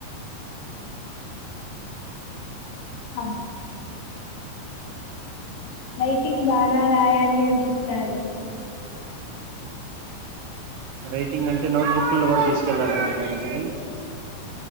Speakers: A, on the left; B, on the right.
A: చెప్తాను రైటింగ్ బాగా రాయాలి అని చెప్తారు
B: రైటింగ్ అంటే నోట్ బుక్లు కూడా తీసుకెళ్ళాలండి దానికి